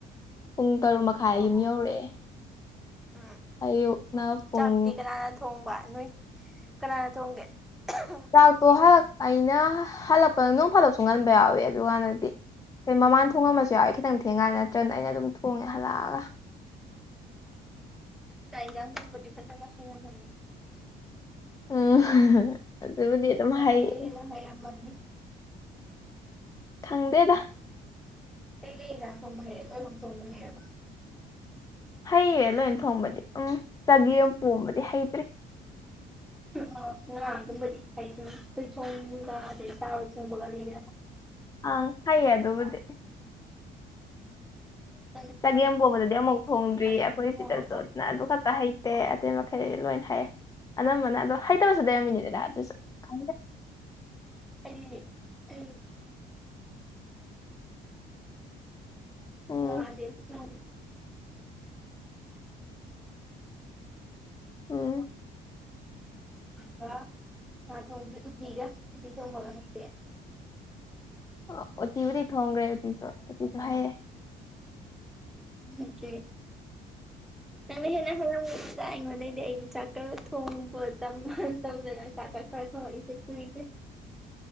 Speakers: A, on the left; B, in the centre.
A: ꯄꯨꯡ ꯇꯔꯨꯛ ꯃꯈꯥꯏ
B: ꯑꯣ
A: ꯑꯌꯨꯝ
B: ꯑꯣ
A: ꯌꯧꯔꯛꯑꯦ
B: ꯎꯝ
A: ꯑꯌꯨꯛꯅ ꯄꯨꯡ
B: ꯆꯥꯛꯇꯤ ꯀꯅꯥꯅ ꯊꯣꯡꯕ ꯅꯣꯏ ꯀꯅꯥꯅ ꯊꯣꯡꯒꯦ
A: ꯆꯥꯛꯇꯣ
B: ꯆꯥꯛꯇꯤ
A: ꯍꯂꯛ ꯑꯩꯅ ꯍꯜꯂꯛꯄ ꯅꯣꯡ ꯐꯥꯗꯣꯛꯁꯨ ꯉꯟꯕ ꯌꯥꯎꯋꯤ ꯑꯗꯨ ꯀꯥꯟꯗꯗꯤ ꯑꯩ ꯃꯃꯥꯟ ꯊꯣꯡꯉꯝꯕꯁꯨ ꯌꯥꯏ ꯈꯤꯇꯪ ꯊꯦꯡꯀꯥꯟ ꯅꯠꯇ꯭ꯔꯒꯅ ꯑꯩꯅ ꯑꯗꯨꯝ ꯊꯣꯡꯉꯦ ꯍꯜꯂꯛꯑꯒ
B: ꯆꯥꯏꯗꯕꯗꯤ ꯐꯖꯅ ꯍꯥꯏꯅ
A: ꯎꯝ ꯑꯗꯨꯕꯨꯗꯤ ꯑꯗꯨꯝ
B: ꯑꯩꯉꯣꯟꯗꯩ
A: ꯍꯥꯏꯌꯦ
B: ꯍꯦꯟꯅ ꯍꯩꯔꯝꯃꯅꯤ
A: ꯈꯪꯗꯦꯗ
B: ꯁꯤ ꯌꯥꯝ ꯐꯣꯡꯕ ꯍꯩꯔꯦ ꯂꯣꯏꯃꯛ ꯐꯣꯡꯕ ꯍꯩꯔꯔꯕ
A: ꯍꯩꯌꯦ ꯂꯣꯏ ꯊꯣꯡꯕꯗꯤ ꯎꯝ ꯆꯒ ꯑꯃ ꯄꯣꯝꯕꯗꯤ ꯍꯩꯇ꯭ꯔꯤ
B: ꯑ ꯉꯥ ꯑꯗꯨꯝꯕꯗꯤ ꯍꯥꯏ ꯑꯗꯨꯝꯣꯏ ꯆꯣꯡꯒ ꯑꯗꯩ ꯆꯥꯕ ꯆꯣꯡꯕꯒ ꯂꯩꯗ
A: ꯑ ꯍꯩ ꯑ ꯑꯗꯨ ꯃꯗꯤꯦ
B: ꯎ
A: ꯆꯒꯦꯝ ꯄꯣꯝꯕꯗꯗꯤ ꯑꯃꯨꯛ ꯐꯣꯡꯗ꯭ꯔꯤ ꯑꯩꯈꯣꯏ
B: ꯅꯪꯅ ꯊꯣꯡꯉꯒ
A: ꯁꯤꯗꯁꯨꯅ ꯑꯗꯨ ꯈꯛꯇ ꯍꯩꯇꯦ ꯑꯇꯩ ꯃꯈꯩ ꯂꯣꯏꯅ ꯍꯩꯌꯦ ꯑꯅꯝꯕꯅ ꯑꯗꯣ ꯍꯩꯇꯕꯁꯨ ꯂꯩꯔꯝꯃꯤꯅꯦꯗꯗꯥ ꯑꯗꯨꯁꯨ ꯈꯪꯗꯦ
B: ꯀꯔꯤ ꯐ
A: ꯎꯝ
B: ꯑꯗ ꯊ
A: <inaudible> ꯎꯝ
B: <inaudible> ꯊꯣꯡ ꯎꯤꯒ ꯎ ꯊꯣꯡꯕꯦ
A: ꯑꯣꯇꯤꯕꯨꯗꯤꯤ ꯊꯣꯡꯈ꯭ꯔꯦ ꯎꯇꯁꯨ ꯎꯇꯁꯨ ꯍꯥꯏꯦ
B: ꯎꯀꯦ ꯅꯪ ꯍꯅ ꯐꯗ ꯃꯩꯗꯤꯩꯅ ꯆꯀ ꯊꯣꯡꯕ ꯃꯇꯝꯃ ꯗꯥ ꯀꯥꯀ ꯐꯔ ꯊꯁꯦ ꯀꯣꯏ